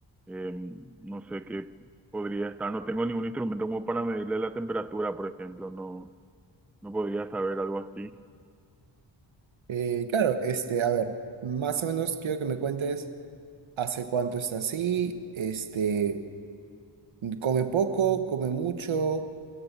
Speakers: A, in the centre; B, on the right.
A: Eh, no sé qué podría estar. No tengo ningún instrumento como para medirle la temperatura, por ejemplo. No, no podría saber algo así.
B: Eh, claro, este, a ver, más o menos quiero que me cuentes hace cuánto está así, este, come poco, come mucho,